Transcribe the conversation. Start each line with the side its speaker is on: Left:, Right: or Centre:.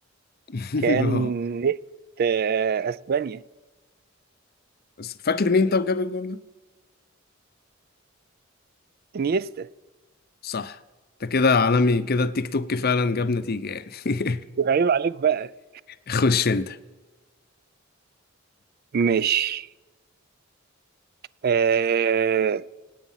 Left: <laughs>
Right: كان
Left: اه
Right: نت آه، أسبانيا
Left: بس فاكر مين طب جاب الجول ده؟
Right: انيستا
Left: صح انت كده عالمي كده التيك توك فعلا جاب نتيجة يعني <laughs>
Right: يبقى عيب عليك بقى
Left: خش انت
Right: ماشي آه...